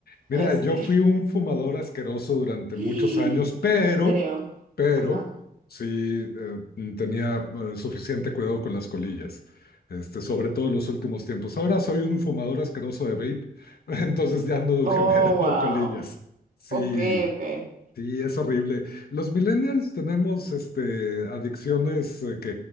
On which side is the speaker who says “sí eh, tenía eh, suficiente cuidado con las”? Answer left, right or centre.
Left